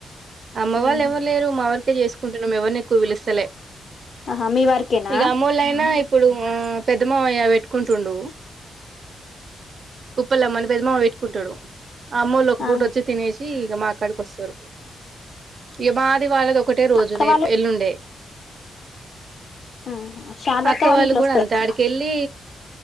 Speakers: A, on the right; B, on the left.
A: అమ్మ వాళ్ళు
B: ఉహు
A: ఎవరు లేరు మా వరకే చేసుకుంటున్నాం ఎవరిని ఎక్కువ పిలుస్తలే
B: ఆహా మీ వరకేనా
A: ఇక అమ్మోళ్ళయినా ఇప్పుడు పెద్దమామయ్య పెట్టుకుంటుండు ఉప్పలమ్మనీ పెద్ద మామ పెట్టుకుంటాడు అమ్మ ఒళ్ళు ఒక
B: ఆహా
A: పూట వచ్చి తినేసి ఇగ మా కాడికి వస్తారు ఇగా మాది వాళ్ళది ఒకటే రోజు
B: అక్క
A: రేపు
B: వాళ్ళు
A: ఎల్లుండే
B: ఉహు శారద
A: అక్క వాళ్ళు
B: ఇట్లా
A: కూడా
B: వస్తారా
A: అంతే ఆడికి వెళ్ళి